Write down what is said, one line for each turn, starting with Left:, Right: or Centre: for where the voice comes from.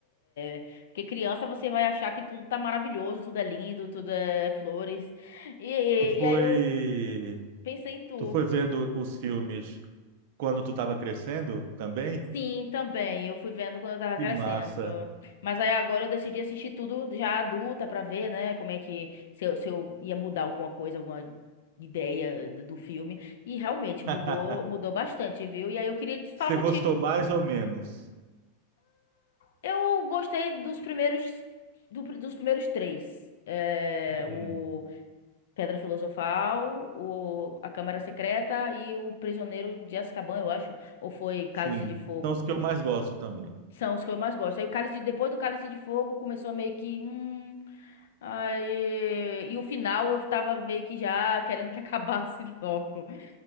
Left: É, porque criança você vai achar que tudo tá maravilhoso, tudo é lindo, tudo é flores. E,
Right: Tu foi,
Left: e e aí eu pensei em tu.
Right: tu foi vendo os filmes quando tu estava crescendo também?
Left: Sim, também. Eu fui vendo quando eu tava
Right: Que
Left: crescendo.
Right: massa!
Left: Mas aí agora eu decidi assistir tudo já adulta pra ver, né, como é que se eu, se eu ia mudar alguma coisa, alguma ideia do do filme. E realmente mudou,
Right: <laughs>
Left: mudou bastante, viu? E aí eu queria des- falar
Right: Você
Left: contigo.
Right: gostou mais ou menos?
Left: Eu gostei dos primeiros do dos primeiros três. É,
Right: Hum,
Left: o Pedra Filosofal, o, a Câmara Secreta e o Prisioneiro de Azkaban, eu acho. Ou foi Cálice
Right: sim,
Left: de Fogo?
Right: são os que eu mais gosto também.
Left: São os que eu mais gosto. Aí o Cálice, depois do Cálice de Fogo, começou a meio que. Hum, aí... E o final eu tava meio que já querendo que acabasse <laughs> logo. <laughs>